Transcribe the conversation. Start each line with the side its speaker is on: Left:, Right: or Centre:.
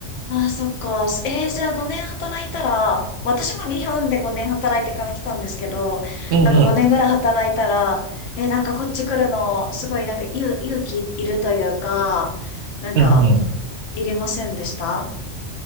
Left: ああ、そっか。えー、じゃあ5年働いたら、私も日本で5年働いてから来たんですけど、
Right: うんうん。
Left: なんか5年ぐらい働いたら、えー、なんかこっち来るの、すごいなんか勇、勇気いるというか、なんか、
Right: うんうん。
Left: いりませんでした